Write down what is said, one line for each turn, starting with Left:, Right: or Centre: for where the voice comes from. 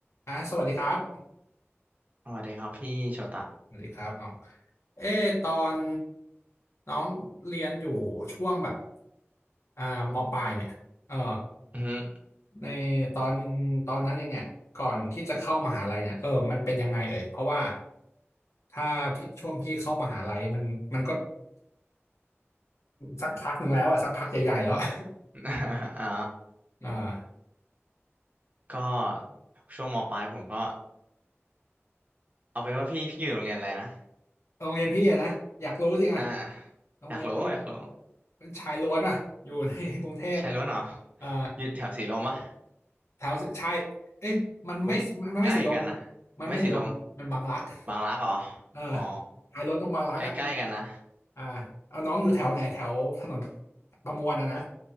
Left: อ่ะสวัสดีครับ
Right: สวัสดีครับพี่โชตะ
Left: สวัสดีครับน้องเออตอนน้องเรียนอยู่ช่วงแบบอ่ามปลายเนี่ยเออ
Right: อืม
Left: ในตอนตอนนั้นเองเนี่ยก่อนที่จะเข้ามหาลัยเนี่ยเออมันเป็นยังไงเอ่ยเพราะว่าถ้าพี่ช่วงพี่เข้ามหาลัยมันมันก็สักพักหนึ่งแล้วอะสักพักใหญ่ๆแล้วอะ
Right: <laughs> อ่า
Left: อ่า
Right: ก็ช่วงมปลายผมก็เอาเป็นว่าพี่พี่อยู่โรงเรียนอะไรนะ
Left: โรงเรียนพี่อะนะอยากรู้จริงอะ
Right: อ่า
Left: โรงเรียนพี่
Right: อยากรู้อยากรู้
Left: เป็นชายล้วนอะอยู่ใน <laughs> กรุงเทพ
Right: ใช่ล้วนเหรอ
Left: อ่า
Right: อยู่แถวสีลมปะ
Left: แถวใช่เอ๊ะมันไม่มันไม่สีลม
Right: อุ้ยใกล้กันนะ
Left: มันไม่สีลมมันบางรัก
Right: ไม่สีลม บางรักเหรอ
Left: เออ
Right: อ๋อ
Left: ขายรถตรงบางรักอ่ะมี
Right: ใกล้ๆกันนะ
Left: อ่าเอาน้องอยู่แถวไหนแถวถนนประมวลอ่ะนะ